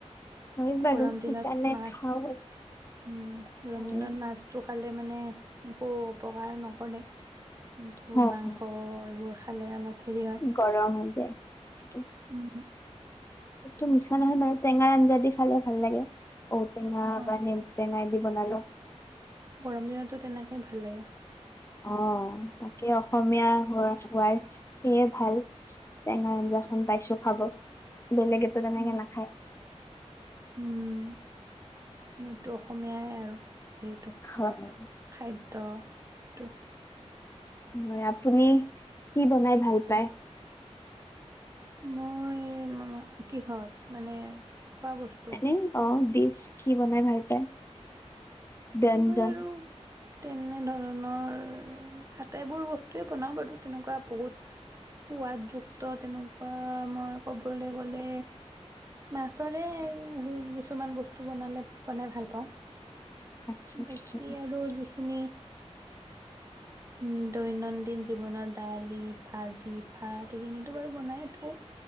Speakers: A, on the left (about 25°); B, on the right (about 25°).
A: হয় বাৰু
B: গৰম দিনত
A: সেইকাৰণে
B: মাছ
A: খাও
B: উম গৰম
A: হয়
B: দিনত মাছটো খাল মানে একো অকাৰ নকৰে। কিন্তু
A: হয়
B: মাংস এইবোৰ খালে অলপ হেৰি হয়
A: গৰম হৈ যায়। চিকেন
B: উম
A: তো মিছা নহয় বাৰু টেঙাৰ আঞ্জা দি খালে ভাল লাগে। ঔটেঙা
B: অ
A: বা নে টেঙাই দি বনালে।
B: গৰম দিনতো তেনেকেই ভাল লাগে।
A: অ তাকে অসমীয়া হোৱা হোৱাৰ সেইয়ে ভাল টেঙা আঞ্জাখন পাইছো খাব, বেলেগেতো তেনেকে
B: উম
A: নাখায়।
B: উম নতো অসমীয়াই আৰু। সেইটো
A: হয়
B: খাইদ ত
A: হয় আপুনি কি বনাই ভাল পায়
B: মই, কিহঁত মানে? খোৱা বস্তু
A: এনে অ', দি কি বনাই ভাল পায়? ব্যঞ্জন
B: মই আৰু তেনে ধৰণৰ আটাইবোৰ বস্তুৱে বনাওঁ বাৰু তেনেকুৱা বহুত সোৱাদযুক্ত তেনেকুৱা মই ক'বলৈ গ'লে মাছৰে কিছুমান বস্তু বনালে বনাই ভাল পাওঁ।
A: আচ্ছা আচ্ছা
B: বাকী আৰু যিখিনি উম, দৈনন্দিন জীৱনত দালি, ভাজি, ভাত সেইখিনো বাৰু বনাই থাকো।